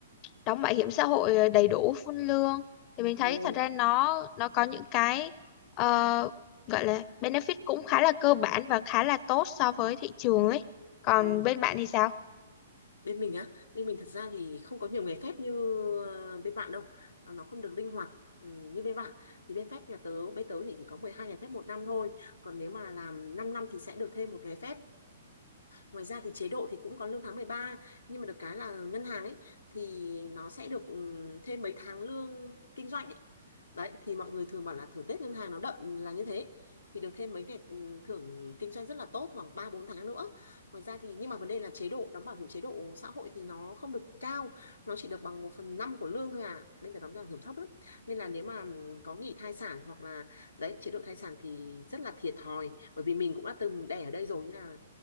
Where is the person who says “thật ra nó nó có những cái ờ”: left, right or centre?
Left